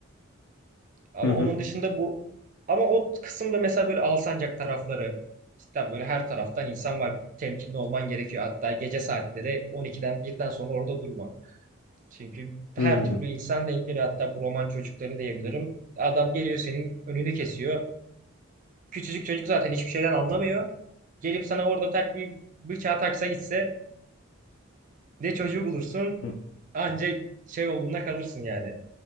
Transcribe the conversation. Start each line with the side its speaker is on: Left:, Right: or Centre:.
Right: Ama
Left: Hı hı.
Right: onun dışında bu ama o kısımda mesela böyle Alsancak tarafları cidden böyle her taraftan insan var. Temkinli olman gerekiyor. Hatta gece saatleri 12'den birden sonra orada durma. Çünkü her
Left: Hmm,
Right: türlü insan denk geliyor. Hatta bu roman çocukları diyebilirim. Adam geliyor senin önünü kesiyor. Küçücük çocuk zaten hiçbir şeyden anlamıyor. Gelip sana orada tak bir bıçağı taksa gitse Bir de çocuğu bulursun
Left: hı,
Right: anca şey olduğunda kalırsın yani.